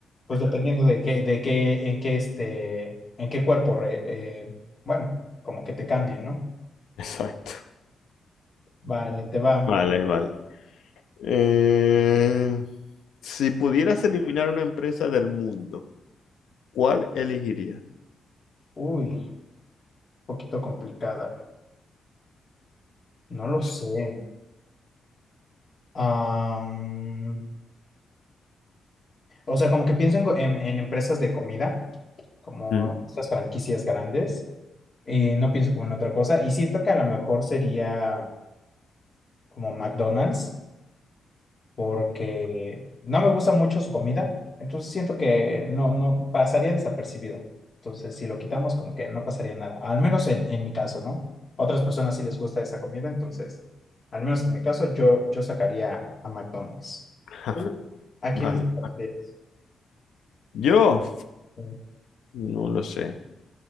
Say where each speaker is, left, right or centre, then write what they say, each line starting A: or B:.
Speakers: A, on the left; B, on the left.
A: pues dependiendo de qué, de qué, en qué este, en qué cuerpo, re- eh, bueno, como que te cambien, ¿no?
B: Exacto.
A: Vale, te va.
B: Vale, vale. Eh, si pudieras eliminar una empresa del mundo, ¿cuál elegirías?
A: Uy, un poquito complicada. No lo
B: Sí.
A: sé. Am, o sea, como que pienso en, go- en- en empresas de comida, como
B: Mm.
A: estas franquicias grandes. eh, no pienso como en otra cosa. Y siento que a lo mejor sería como McDonald's, porque no me gusta mucho su comida, entonces siento que no, no pasaría desapercibido. Entonces, si lo quitamos, como que no pasaría nada, al menos en, en mi caso, ¿no? Otras personas sí les gusta esa comida, entonces, al menos en mi caso, yo, yo sacaría a McDonald's.
B: <laughs>
A: ¿Tú ¿A
B: Vale.
A: quién destacarías?
B: Yo.
A: Mm,
B: No lo sé.